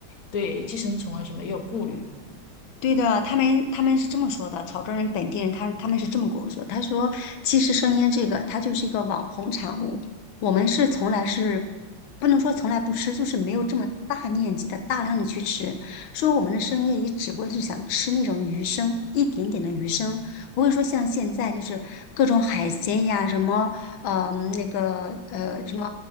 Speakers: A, on the left (about 50°); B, on the left (about 80°).
A: 对寄生虫啊什么也有顾虑。
B: 对的，他们他们是这么说的，潮州人本地人他他们是这么跟我说，他说其实生腌这个它就是一个网红产物，我们是从来是不能说从来不吃，就是没有这么大面积的大量的去吃，说我们的生腌也只不过是想吃那种鱼生，一点点的鱼生，不会说像现在就是各种海鲜呀，什么呃那个呃什么